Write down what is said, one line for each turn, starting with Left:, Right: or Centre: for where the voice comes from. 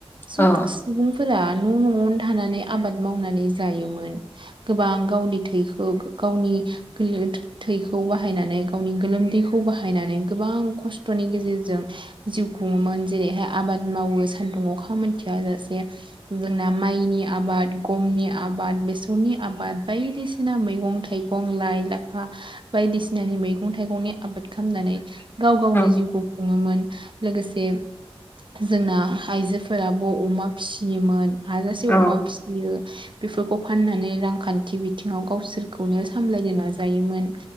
Right: सख
Left: अ औ
Right: सुबुं फोरा न' न'आवनो थानानै आबाद मावनानै जायोमोन गोबां गावनि थैखौ गावनि गोल थैखौ बाहायनानै गावनि गोलोमदैखौ बाहायनानै गोबां खस्थ'नि गेजेरजों जिउ खुङोमोन जेरैहाय आबाद आबाद मावो सान्दुं अखा मोनथिया जासे जोंना माइनि आबाद गमनि आबाद बेसरनि आबाद बायदिसिना मैगं-थाइगं, लाइ-लाफा बायदिसिनानि मैगं मैगं-थाइगंनि आबाद खामनानै गाव गावनि
Left: औ
Right: जिउखौ खुङोमोन लोगोसे जोंना आइजोफोराबो अमा फिसियोमोन हाजासे
Left: औ
Right: अमा फिसियो बेफोरखौ फाननानै रांखान्थि बिथिङाव गावसोरखौनो सामलायनो नाजायोमोन